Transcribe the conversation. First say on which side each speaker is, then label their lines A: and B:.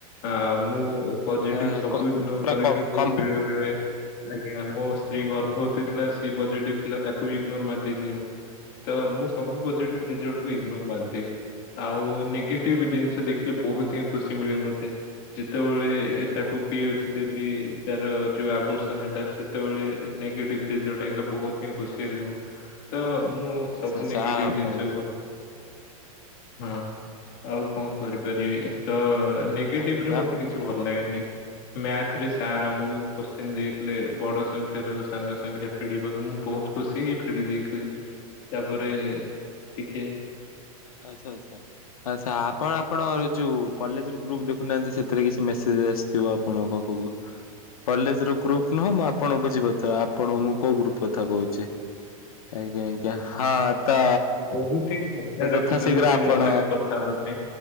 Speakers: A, on the left; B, on the left.
A: ଆ ମୁଁ ପଜିଟିଭ୍
B: ନା,
A: ସବୁ
B: କ-
A: ଇଗ୍ନୋର
B: ପୁରା
A: କରେ
B: କମ
A: କିନ୍ତୁ ବେଳେ ବେଳେ ଆଜ୍ଞା ମୋ ସ୍ତ୍ରୀ ଗର୍ଭବତୀ ଥିଲା ସେ ପଜିଟିଭ୍ ଥିଲା ତାକୁ ବି ଇଗ୍ନୋର ମାରି ଦେଇଥିଲି ମୁଁ। ତ ମୁଁ ସବୁ ପଜିଟିଭ ରେଜଲ୍ଟକୁ ଇଗନୋର ମାରିଦିଏ। ଆଉ ନେଗେଟିଭ ଜିନିଷ ଦେଖିଲେ ବହୁତ ହିଁ ଖୁସି ମିଳେ ମତେ। ଯେତେବେଳେ ତାକୁ ପିଲ୍ସ ଦେଲି ତାର ଯୋଉ ଆବର୍ଷନ ହେଲା ସେତେବେଳେ ନେଗେଟିଭ ରେଜଲ୍ଟ ହେଲା ବହୁତ ହିଁ ଖୁସି ହେଲି ମୁଁ। ତ ମୁଁ
B: ଆଚ୍ଛା
A: ସବୁ
B: ଆଚ୍ଛା
A: ନେଗେଟିଭ
B: ଆ, ଆପଣ
A: ଜିନିଷକୁ ଭଲ ହଁ। ଆଉ କଣ କରିପାରିବି ତ ନେଗେଟିଭରେ
B: ଆ- ଆ-
A: ମତେ କିଛି ଭଲ ଲାଗେନିଁ? ମ୍ୟାଥରେ ସାର୍ ଆମକୁ କୋଶ୍ଚିନ ଦେଇଥିଲେ ବଡ ସଂଖ୍ୟାାରୁ ସାନ ସଂଖ୍ୟା ଫେଡିବାକୁ ମୁଁ ବହୁତ ଖୁସି ହେଇ ଫେଡି ଦେଇଥିଲି। ତାପରେ ଟିକେ
B: ଆଚ୍ଛା ଆଚ୍ଛା ଆଚ୍ଛା ଆପଣ ଆପଣ ଯୋଉ କଲେଜର ଗ୍ରୁପ ଦେଖୁନାହାନ୍ତି ସେଥିରେ କିଛି ମେସେଜ ଆସିଥିବ ଆପଣଙ୍କ ପାଖକୁ କଲେଜର ଗ୍ରୁପ। ନୁହଁ ମୁଁ ଆପଣ ବୁଝିପାରୁଥିବେ ଆପଣ ମୁଁ କୋଉ ଗ୍ରୁପ କଥା କହୁଛି? ଆଜ୍ଞା ଆଜ୍ଞା ହଁ ତ।
A: ବହୁତି ଅଧାରୁ
B: ତ ଯଥା
A: ଉଠୁଛନ୍ତି
B: ଶୀଘ୍ର
A: ସେ
B: ଆପଣ
A: ମୋ ସହିତ କଥା ହେବା ପାଇଁ।